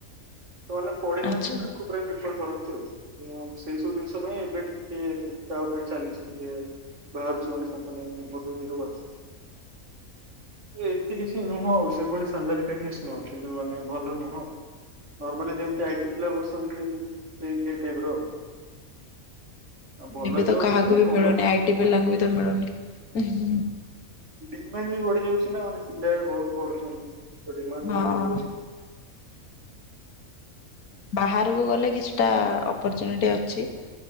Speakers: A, on the right (about 55°); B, on the left (about 80°).
A: ତ ମାନେ ପଡ଼ିଥାନ୍ତି
B: ଆଚ୍ଛା
A: ତ ତାଙ୍କୁ ପୁରା ଦେଖିବାକୁ କରନ୍ତି। ଉ ସେଇ ସବୁ ଜିନିଷ ପାଇଁ ଏବେ ଟିକେ ତା ଉପରେ ଚାଲିଛି ଟିକେ। ବାହାରୁଛି ମାନେ କମ୍ପାନୀ ଗୋଟେ ବୀର ବାଚ୍। ଏତେ କିଛି ନୁହଁ ଆଉ ସେଭଳି ସାଲାରୀ ପ୍ୟାକେଜ ନୁହ କିନ୍ତୁ ମାନେ ଭଲ ନୁହଁ। ନର୍ମାଲି ଯେମିତି ଆଇଟି ପିଲା ବସନ୍ତି ସେଇ ସେ ଟାଇପ୍ ର। ଆଉ ଭଲ
B: ଏବେ
A: ଜବ୍
B: ତ କାହାକୁ
A: ହେଲେ
B: ବି
A: ଗମେଣ୍ଟ
B: ମିଳୁନି
A: ଜବ୍
B: ଆଇଟି ପିଲାଙ୍କୁ ବି ତ ମିଳୁନି। ଉ ହୁ
A: ଡିମାଣ୍ଡ ବି ବଢ଼ି ଯାଉଛି ନା ମାନେ ପିଲା ଏବେ ବହୁତ୍ ପଢୁଛନ୍ତି ତ ଡିମାଣ୍ଡ
B: ହଁ।
A: ବି ବଢ଼ି ଯାଉଚି।
B: ବାହାରକୁ ଗଲେ କିଛିଟା ଅପର୍ଚୁନିଟି ଅଛି।